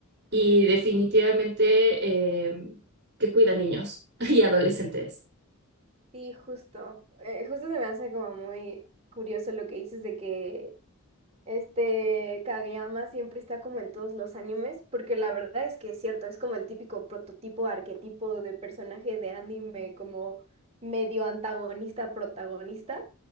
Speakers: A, on the right; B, on the right.
A: y definitivamente eh, que cuida niños <laughs> y adolescentes.
B: sí, justo. Eh, justo se me hace como muy curioso lo que dices de que este Kageyama siempre está como en todos los animes, porque la verdad es que es cierto, es como el típico prototipo, arquetipo de personaje de anime, como medio antagonista, protagonista.